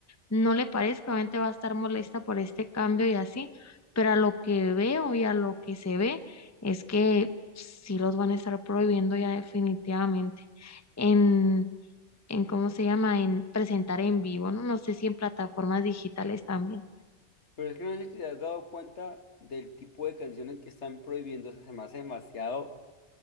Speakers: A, on the left; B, on the left.
A: no le parezca, obviamente va a estar molesta por este cambio y así, pero a lo que veo y a lo que se ve es que sí los van a estar prohibiendo ya definitivamente en, en ¿cómo se llama? En presentar en vivo, ¿no? No sé si en plataformas digitales también.
B: Pero es que no sé si te has dado cuenta del tipo de canciones que están prohibiendo, o sea, se me hace demasiado